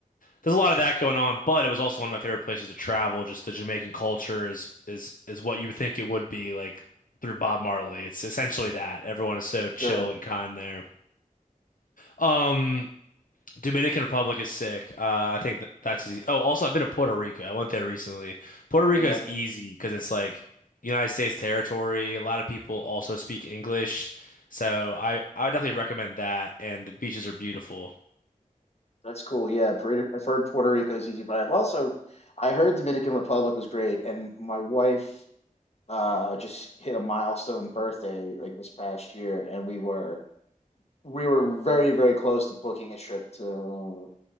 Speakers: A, on the left (about 75°); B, on the left (about 50°).
A: there's a lot of that going on, but it was also one of my favorite places to travel. Just the Jamaican culture is is is what you would think it would be like. Through Bob Marley. It's essentially that. Everyone is so chill
B: sure.
A: and kind there. Um, Dominican Republic is sick. Uh, I think that that's easy. Oh, also, I've been to Puerto Rico. I went there recently. Puerto Rico
B: Okay,
A: is easy because it's like United States territory. A lot of people also speak English, so I I would definitely recommend that. And the beaches are beautiful.
B: that's cool. Yeah, Puerto, I've heard Puerto Rico is easy, but I've also I heard Dominican Republic was great, and my wife uh, just hit a milestone birthday like this past year, and we were we were very, very close to booking a trip to